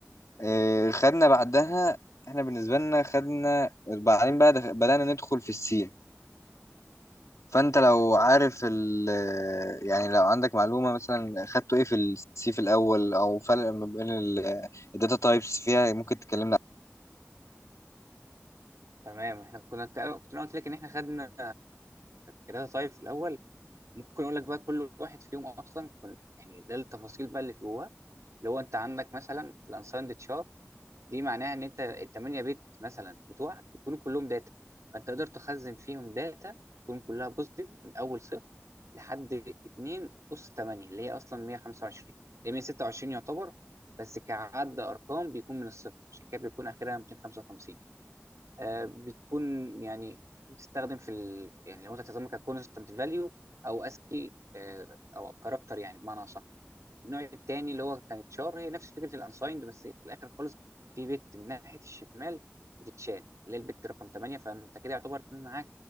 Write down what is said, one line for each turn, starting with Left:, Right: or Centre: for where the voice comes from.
Left: آه، خدنا بعدها احنا بالنسبه لنا خدنا بعدين بقى دخ- بدانا ندخل في السين فانت لو عارف ال يعني لو عندك معلومه مثلا خدته ايه في السي في الاول او فرق ما بين الداتا تايبس فيها ممكن تكلمنا
Right: تمام احنا كنا كنا- كنت انا قلت لك ان احنا خدنا كده طيب في الاول ممكن اقول لك بقى كل واحد فيهم اصلا كن يعني ده التفاصيل بقى اللي في جواه اللي هو انت عندك مثلا في الانسايند تشار دي معناها ان انت الثمانيه بيت مثلا بتوعك بيكونوا كلهم داتا فانت تقدر تخزن فيهم داتا تكون كلها بوزيتيف من اول صفر لحد 2 اس 8 اللي هي اصلا 125 اللي هي 126 يعتبر بس كعد ارقام بيكون من الصفر عشان كده بيكون اخرها 255 آه، بتكون يعني بتستخدم في ال... يعني لو انت هتستخدمها ككونستنت فاليو او اسكي او كاركتر يعني بمعنى صح النوع الثاني اللي هو كانت شار هي نفس فكره الانسايند بس في الاخر خالص في بت من ناحيه الشمال بتتشال اللي هي البت رقم 8 فانت كده يعتبر معاك